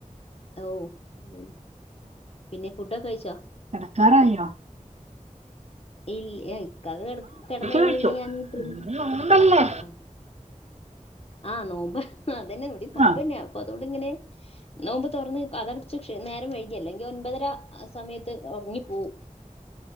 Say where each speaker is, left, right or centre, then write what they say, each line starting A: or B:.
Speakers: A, on the left; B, on the right.
A: ഓ അതന്നെ പിന്നെ ഫുഡൊക്കെ കഴിച്ചോ
B: ക്കാറായൊ
A: ഇ ഇക്കാക്ക കേടക്ക് കേട്ന്നെനോട്
B: കഴിച്ചു
A: പിന്നെ ഞാൻ ഇപ്പളോന്ന്
B: ഇന്ന് നോമ്പല്ലേ
A: ആ ആഹ് നോമ്പ് അതന്നെ ഇവടിം നോമ്പന്നെ
B: ആ
A: അപ്പൊതൊണ്ട് ങ്ങ്നെ നോമ്പ് തൊറന്ന് അതോണ്ട് നേരം വൈകി അല്ലെങ്കി ഒൻപതര ആ സമയ <unintelligible> ഒറങ്ങി പോവും